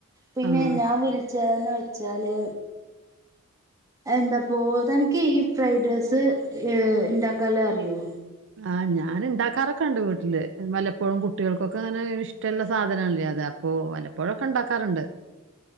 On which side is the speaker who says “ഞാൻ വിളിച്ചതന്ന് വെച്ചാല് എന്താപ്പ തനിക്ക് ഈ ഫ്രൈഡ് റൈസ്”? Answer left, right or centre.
Right